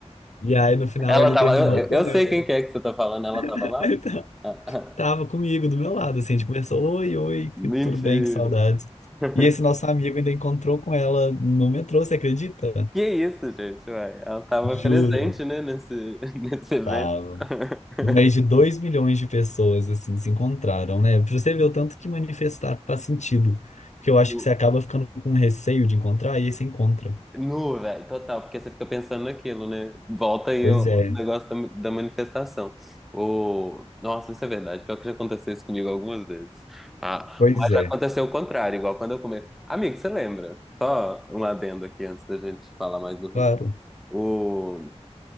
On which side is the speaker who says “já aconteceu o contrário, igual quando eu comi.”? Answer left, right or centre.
Centre